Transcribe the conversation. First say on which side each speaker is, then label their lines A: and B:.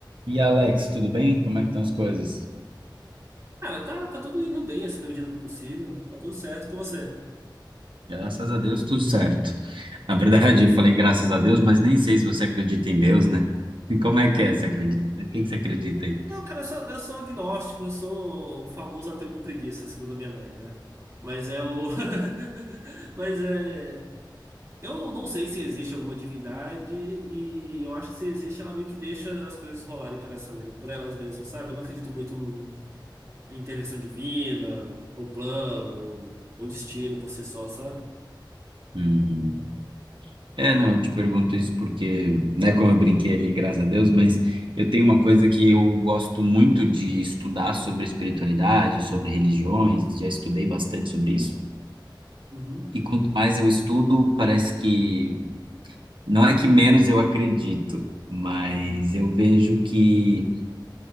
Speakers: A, on the right (about 80°); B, on the right (about 35°).
A: E Alex, tudo bem? Como é que estão as coisas?
B: Cara, tá, tá tudo indo bem, assim, na medida do possível. Tá tudo certo com você.
A: Graças a Deus, tudo certo. Na verdade, eu falei graças a Deus, mas nem sei se você acredita em Deus, né? E como é que
B: Ah,
A: é? Você acredita? Em quem que você acredita aí?
B: não, cara, eu sou, eu sou agnóstico, eu sou o famoso ateu com preguiça, segundo a minha mãe, né? Mas é o. <laughs> Mas é. Eu não sei se existe alguma divindade, e eu acho que se existe, ela meio que deixa as coisas rolarem por essa mesma, por elas mesmas, sabe? Eu não acredito muito no- em intervenção divina, ou plano, ou ou destino por si só, sabe?
A: Uhum. É, não, eu te pergunto isso porque, né, como eu brinquei ali, graças a Deus, mas eu tenho uma coisa que eu gosto muito de estudar sobre espiritualidade, sobre religiões, já estudei bastante sobre isso.
B: Uhum.
A: E quanto mais eu estudo, parece que não é que menos eu acredito, mas eu vejo que